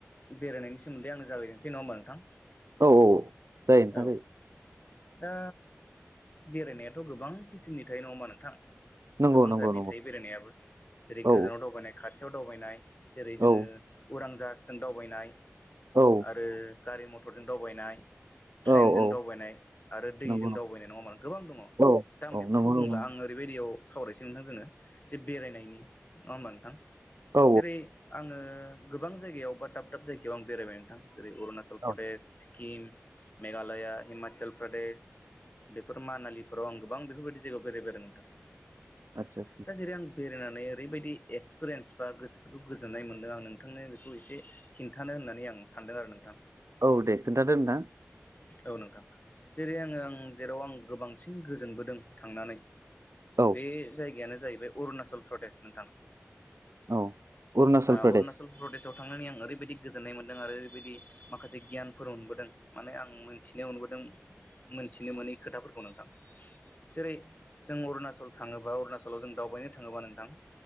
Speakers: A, on the left (about 35°); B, on the right (about 75°).
A: बेरायनायनि सोमोन्दै आंनो जागायनोसै नङा होमबा नोंथां?
B: औ औ जायो नोंथां
A: औ
B: जायो
A: दा बेरायनायाथ‌ गोबां किसिमनि थायो नंङा होनबा नोंथां?
B: नंगौ
A: गोबां
B: नंगौ
A: जातनि
B: नंगौ
A: थायो बेरायनायाबो जेरै
B: औ
A: गोजानाव दावबायनाय खाथियाव दावबायनाय जेरै
B: औ
A: जोङो उरां जाहाजजों दावबायनाय
B: औ
A: आरो गारि मथरजों दावबायनाय ट्रेनजों
B: औ औ
A: दावबायनाय आरो दैजों
B: नंगौ नंगौ
A: दावबायनाय नङा होनबा गोबां दङ
B: औ
A: दा आं
B: औ
A: बेफोरखौ
B: नंगौ
A: बुंला
B: नंगौ
A: आं ओरैबायदियाव सावरायसै नोंथां जोङो जे बेरायनायनि नङा होमबा नोंथां
B: औ
A: जेरै आङो गोबां जायगायाव बा दाब दाब जायगायाव आं बेरायबाय नोंथां जेरै अरुनाचल प्रदेश
B: औ
A: क्किम मेघालया हिमाचल प्रदेश बेफोर मानालिफोराव आं गोबां बेफोरबायदि जायगायाव बेरायबाय आरो नोंथां
B: आतसा आतसा
A: दा जेरै आं बेरायनानै ओरैबाय दि एक्सपिरियेनस बा गोसोफोरखौ गोजोन्नाय मोनदों आं नोंथांनो बेखौ एसे खिन्थानो होननानै आं सानदों आरो नोंथां
B: औ दे खोन्थादो नोंथां
A: औ नोंथां जेरै आङो आं जेराव आं गोबांसिन गोजोनबोदों थांनानै
B: औ
A: बे जायगायानो जाहैबाय अरुणाचल प्रदेश नोंथां
B: औ अरुणाचल
A: ओ
B: प्रदेश
A: अरुणाचल प्रदेशआव थांनानै आं ओरैबायदि गोजोन्नाय मोनदों आरो ओरैबायदि माखासे गियानफोर मोनबोदों माने आं मोनथिनो मोनबोदों मोनथिनो मोनै खोथाफोरखौ नोंथां जेरै जों अरुणाचल थाङोबा अरुणाचलाव जों दावबायनो थाङोबा नोंथां